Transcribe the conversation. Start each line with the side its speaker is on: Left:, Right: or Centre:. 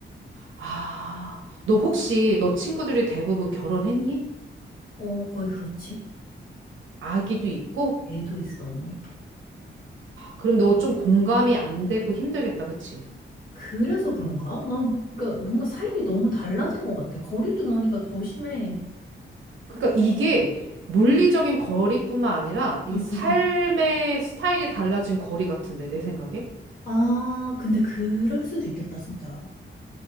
Right: 아, 너 혹시 너 친구들이 대부분 결혼했니?
Left: 어, 거의 그렇지.
Right: 아기도 있고?
Left: 애도 있어, 언니.
Right: 그럼 너 좀 공감이 안 되고 힘들겠다, 그치?
Left: 그래서 그런가? 난 그러니까 뭔가 삶이 너무 달라진 것 같아. 거리도 머니까 더 심해.
Right: 그러니까 이게 물리적인 거리뿐만 아니라 이
Left: 응,
Right: 삶의
Left: 응, 응.
Right: 스타일이 달라진 거리 같은데 내 생각에.
Left: 아, 근데 그럴 수도 있겠다, 진짜.